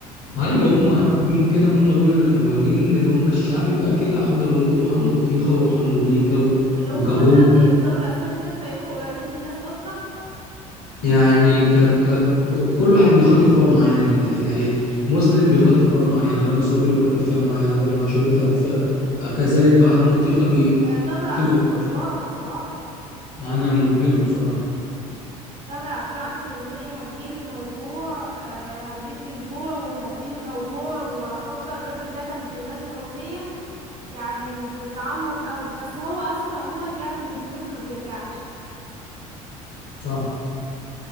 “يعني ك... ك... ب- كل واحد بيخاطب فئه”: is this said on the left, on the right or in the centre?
Left